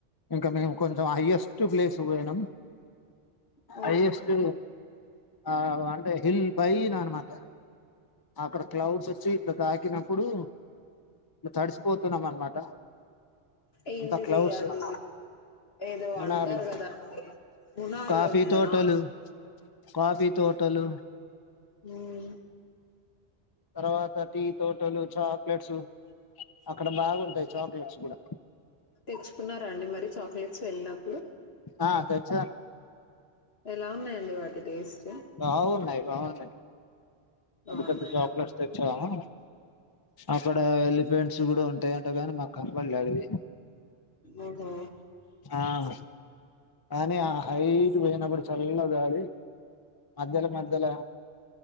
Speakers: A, on the left; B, on the left.
A: ఇంకా మేము కొంచెం హయ్యెస్ట్ ప్లేస్ పోయినాం
B: హ్మ్
A: అయ్యెస్ట్ ఆ అంటే హిల్ పైనా అన్నమాట అక్కడ క్లౌడ్స్ వచ్చి ఇట్లా తాకినప్పుడు ఇ తడిసిపోతున్నాం అనమాట
B: ఏంటిది
A: అంత క్లౌడ్స్
B: అది ఏదో
A: మున్నార్
B: అంటారు
A: లో
B: కదా అండి మన్నారుార్లోనేయా
A: కాఫీ తోటలు కాఫీ తోటలు
B: హ్మ్మ్
A: తర్వాత టీ తోటలు చాక్లెట్స్ అక్కడ బాగుంటాయి చాక్లెట్స్ కూడా
B: తెచ్చుకున్నారా అండి మరి చాక్లెట్స్ వెళ్ళినప్పుడు
A: ఆ తెచ్చ
B: ఎలా ఉన్నాయండి వాటి టేస్ట్
A: బాగున్నాయి బావున్నాయి
B: బాగున్నాయా
A: పెద్ద పెద్ద చాక్లెట్స్ తెచ్చాము అక్కడ ఎలిఫెంట్స్ కూడా ఉంటాయంట కాని మా కనపడలేదు
B: ఓహో!
A: ఆవి కానీ ఆ హైట్ పోయినప్పుడు చల్లగాాలలి మధ్యలో మధ్యలో